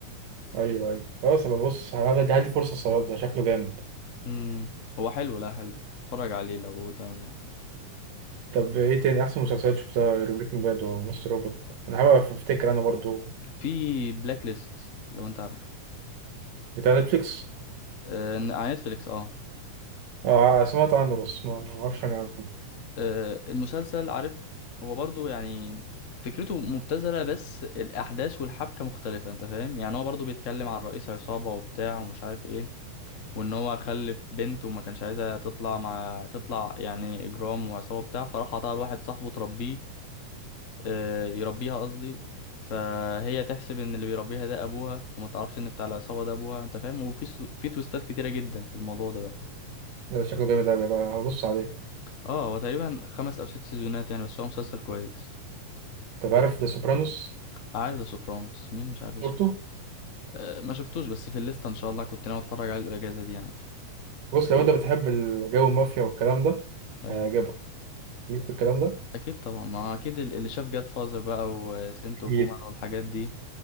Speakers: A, on the right (about 85°); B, on the left (about 75°).
A: أيوه أيوه خلاص أبقى بص هدي هدي فرصة الصياد ده شكله جامد
B: امم هو حلو لا حلو اتفرج عليه لو ده يعني
A: طب إيه تاني أحسن مسلسلات شفتها غير بريكنج باد ومستر روبوت أنا حابب أفتكر أنا برضو
B: في بلاك ليست لو انت عارف
A: بتاع نتفليكس
B: آه، على نتفليكس اه
A: اه سمعت عنه بس ما ما اعرفش حاجه عنه
B: آه، المسلسل عارف هو برضو يعني فكرته مبتذلة بس الأحداث والحبكة مختلفة أنت فاهم يعني هو برضو بيتكلم عن رئيس عصابة وبتاع ومش عارف إيه وإن هو خلف بنت وما كانش عايزها تطلع مع تطلع يعني إجرام وعصابة بتاع فراح عطاها لواحد صاحبه تربيه آه، يربيها قصدي فهي تحسب إن اللي بيربيها ده أبوها وما تعرفش إن بتاع العصابة ده أبوها أنت فاهم وفي س- في تويستات كتيرة جدا في الموضوع ده بقى.
A: ده شكله جامد قوي بقى هبص عليه
B: اه هو تقريبا خمس أو ست سيزونات يعني بس هو مسلسل كويس
A: طب عارف ذا سوبرانوس
B: عارف ذا سوبرانوس مين مش عارف ذا سوبرانوس
A: شفته
B: أه ما شفتوش بس في الليسته ان شاء الله كنت ناوي اتفرج عليه الاجازه دي يعني
A: بص لو انت بتحب الجو المافيا والكلام ده
B: ايوه
A: هيعجبك ليك في الكلام ده
B: اكيد طبعا ما اكيد ال- اللي شاف جاد فازر بقى وسنت
A: أكيد
B: اوف وومن والحاجات دي